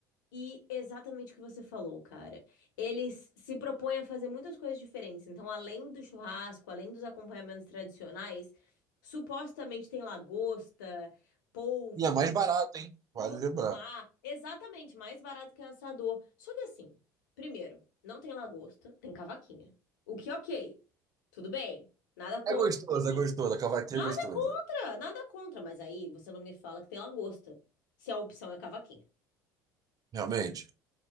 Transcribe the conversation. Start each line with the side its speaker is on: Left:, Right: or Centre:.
Left: E exatamente o que você falou, cara. Eles se propõem a fazer muitas coisas diferentes. Então, além do churrasco, além dos acompanhamentos tradicionais, supostamente tem lagosta, polvo,
Right: E é mais barato, hein?
Left: frutos
Right: Vale lembrar.
Left: do mar. Exatamente, mais barato que assador. Só que assim, primeiro, não tem lagosta, tem cavaquinha. O que, ok, tudo bem. Nada contra.
Right: É gostoso, é gostoso. A cavaquinha
Left: Nada
Right: é gostosa.
Left: contra, nada contra. Mas aí você não me fala que tem lagosta, se a opção é cavaquinha.
Right: Realmente.